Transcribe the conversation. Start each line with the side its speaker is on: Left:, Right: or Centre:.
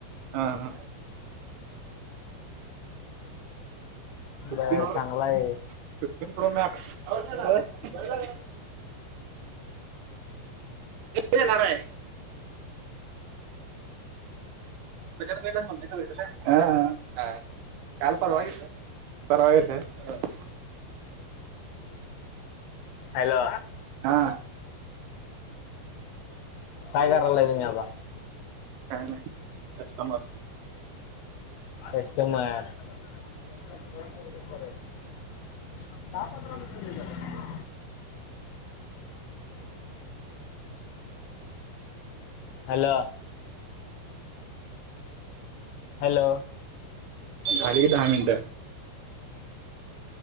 Right: हा हा फिफ्टनर
Left: बर चांगला आहे
Right: फिफ्टीन प्रो मॅक्स लागेणारू येणार हाय बे म्हट ह काल पर्वात येसु परवा यशात
Left: हॅलो
Right: हा
Left: टायगार रालाय तुम्ही आता
Right: काय नाही कस्टमर
Left: कस्टमर दहा पंधरा मिनिटे लेट झाले हॅलो हॅलो
Right: गाडी गे दहा मिनिट